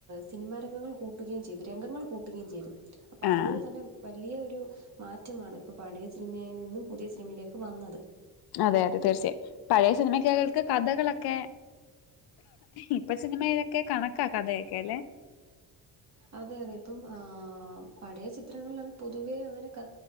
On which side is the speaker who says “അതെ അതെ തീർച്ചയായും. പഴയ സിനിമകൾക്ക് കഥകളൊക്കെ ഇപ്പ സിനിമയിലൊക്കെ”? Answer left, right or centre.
Left